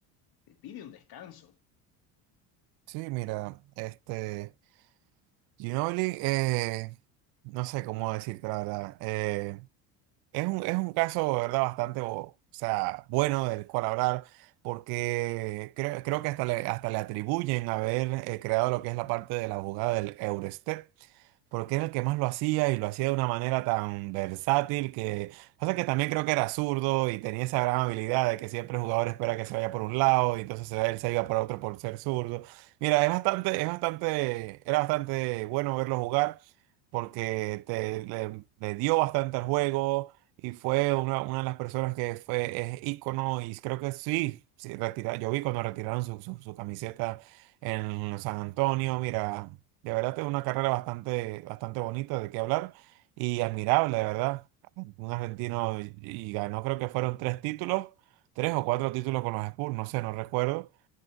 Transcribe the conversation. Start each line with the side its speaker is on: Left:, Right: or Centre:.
Left: te pide un descanso.
Right: sí, mira, este, Ginobili, eh, no sé cómo decirte la verdad. eh, Es un, es un caso, de verdad, bastante, o sea, bueno del cual hablar, porque creo, creo que hasta le, hasta le atribuyen haber eh, creado lo que es la parte de la jugada del Eurostep, porque era el que más lo hacía y lo hacía de una manera tan versátil que pasa que también creo que era zurdo y tenía esa gran habilidad de que siempre el jugador espera que se vaya por un lado y entonces se- él se iba por otro por ser zurdo. Mira, es bastante, es bastante, era bastante bueno verlo jugar porque te, le, le dio bastante al juego y fue una, una de las personas que fue, es ícono y creo que sí, sí, retira- yo vi cuando retiraron su, su, su camiseta en San Antonio, mira, de verdad tiene una carrera bastante, bastante bonita de qué hablar y admirable, de verdad. Un argentino y, y ganó, creo que fueron tres títulos, tres o cuatro títulos con los Spurs, no sé, no recuerdo.